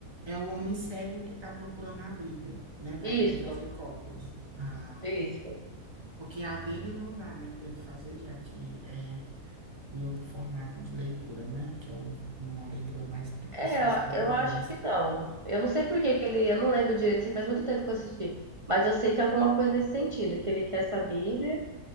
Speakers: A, on the right (about 20°); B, on the right (about 40°).
A: é o homem cego que está procurando a Bíblia, né, para poder
B: Isso,
A: fazer cópias. Ah,
B: isso.
A: Porque a dele não dá, né, para ele fazer, já que é em outro formato de leitura, né, que é um- uma leitura mais para
B: É,
A: pessoas
B: eu
A: com problemas.
B: eu acho que não. Eu não sei por que que ele, eu não lembro direito, assim, faz muito tempo que eu assisti, mas eu sei que é alguma coisa nesse sentido, que ele quer essa Bíblia